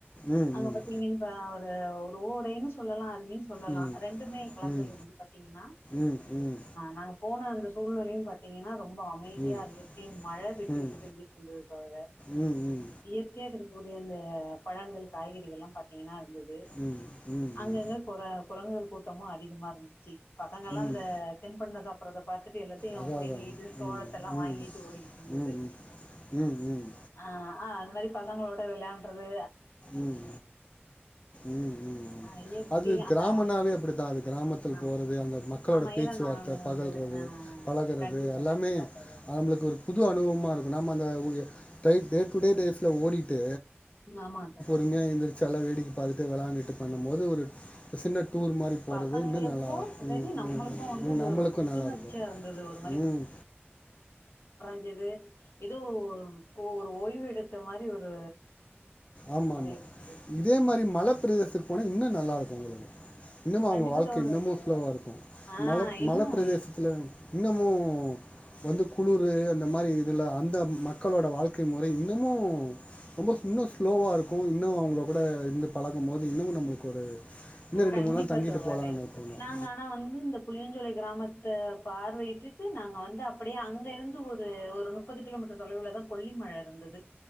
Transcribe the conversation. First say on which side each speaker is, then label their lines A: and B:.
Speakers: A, on the left (about 30°); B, on the left (about 65°).
A: ம்
B: அங்க
A: ம்
B: பாத்தீங்கன்னுப்ப. இப்ப ஒரு ஓடைன்னு சொல்லலாம் அந். இப்டியும் சொல்லலாம்
A: ம்
B: ரெண்டுமே கலந்தது
A: ம்
B: வந்து பாத்தீங்கன்னா
A: ம் ம்
B: நாங்க. போன அந்த சூழ்நெலையும் பாத்தீங்கன்னா ரொம். ரொம்ப அமைதியா
A: ம் ம்
B: இருந்துச்சு மழ
A: ம்
B: விட்டு விட்டு பெஞ்சுட்டு இருந்தது தோழரே
A: ம் ம்
B: இயற். இருக்கக்கூடிய அந்த பழங்களுக். காய்கறிகள்ல்லாம் பாத்தீங்கன்னா இருந்தது
A: ம் ம் ம்
B: அங்கங்க குர குரங்குகள். கூட்டமும் அதிகமா இருந்துச்சு. பசங்க எல்லாம்
A: ம்
B: இந்த திண்பண்டம் சாப். அத பாத்துட்டு. எல்லாத்தையும்
A: அதான்
B: புடுங்கிட்டு
A: அதான்
B: சோளத்த
A: ம்
B: எல்லாம்
A: ம்
B: வாங்கிட்டு ஓடிக்கட்டு இருந்தது
A: ம் ம் ம் ம்
B: ஆ ஆ அது மாரி. பசங்களோட வெளையான்றது.
A: ம் ம் ம்
B: ஆ இயற்கை
A: அது
B: அந்த
A: கிராமனாவே அப்டித்தான் அது கிராமத்தில்
B: ஆ
A: போறது அந்த மக்களோட
B: ஆமா
A: பேச்சுவார்த்த
B: ஏன்னா நானு
A: பகழ்றது
B: வந்து ஆ
A: பழகுறது
B: கண்டிப்பா
A: எல்லாமே
B: கண்டிப்பா தோழர்
A: நம்மளுக்கு ஒரு புது அனுபவமா இருக்கும் நம் அந்த டே டு டே லைஃப்ல ஓடி. ட்டு.
B: ம் ஆமாங் சார்.
A: அமைதியா எந்திரிச்சு எல்லா வேடிக்க பாத்துட்டு வெளயான்டுட்டு பண்ணும் போது ஒரு சின்ன டூர் மாரி போறது
B: பசங்களுக்கு
A: இன்னும் நல்லா உ
B: சரி நம்மளுக்கு வந்து
A: உ
B: அது
A: நம்மளுக்கும்
B: ஒரு புத்துணர்ச்சியா
A: நல்லா இருக்கும்
B: இருந்தது ஒரு
A: உம்.
B: ஞ்சுது ஏதோ ஒரு ஓய்வு எடுத்து. மாரி ஒரு.
A: ஆமா ஆமா
B: இருந்தது
A: இதே மாரி மல பிரதேசத்துக்கு போனா இன்னும் நல்லா இருக்கும். உங்களுக்கு. இன்னமும் அவுங்க
B: கண்டிப்பா
A: வாழ்க்க
B: தோழரே
A: இன்னமும் ஸ்லோவா இருக்கும்
B: ஆ
A: மல
B: இன்னு
A: மல பிரதேசத்துல. இன்னமும் வந்து குளுர். வந்து அந்த மாரி இதுல அந்த மக். மக்களோட வாழ்க்கை முறை இன்னமு. ரொம்ப இன்னும் ஸ்லோவா இருக்கும் இன்னும் அவுங்க கூட இருந்து பழகும் போது இன்னமும் நம்மளுக்கு ஒரு. இன்னும் ரெண்டு
B: கண்டிப்பா
A: மூணு நாள் தங்கிட்டு
B: தோழரே
A: போகலான்னு தோணும்
B: நாங்க ஆனா வந்து இந்த புளியஞ்சோலை கிராமத். து பார்வையிட்டுட்டு நாங்க வந்து அப்டியே அங்க இருந்து ஒரு ஒரு முப்பது கிலோமீட்டர் தொலைவுலதான் கொல்லி மழ இருந்தது.